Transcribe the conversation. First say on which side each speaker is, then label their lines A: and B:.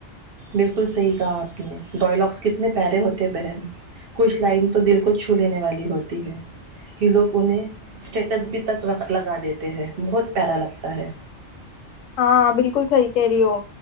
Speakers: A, on the right; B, on the left.
A: بالکل صحیح کہا آپ نے ڈائیلاگس کتنے پیارے ہوتے بہن کچھ لائن تو دل کو چھو لینے والی ہوتی ہے کہ لوگ انہیں اسٹیٹس بھی تک لگا دیتے ہیں بہت پیارا لگتا ہے
B: ہاں بالکل صحیح کہہ رہی ہو